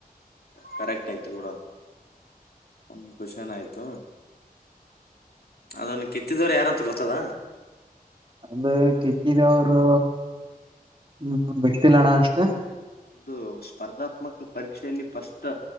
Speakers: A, on the left; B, on the right.
A: ಕರೆಕ್ಟ್ ಆಯ್ತು ನೋಡ. ಒಂದ ಕೋಶನ್ ಆಯ್ತು ಅದನ್ನು ಕೆತ್ತಿದವರು ಯಾರಂತ ಗೊತ್ತದ.
B: ಅದು ಕೆತ್ತಿದೊರು ಹ್ಮ ಗೊತ್ತಿಲಣ ಅಷ್ಟ.
A: ಇದು ಸ್ಪರ್ಧಾತ್ಮಕ ಪರೀಕ್ಷೆಯಲ್ಲಿ ಫಸ್ಟ್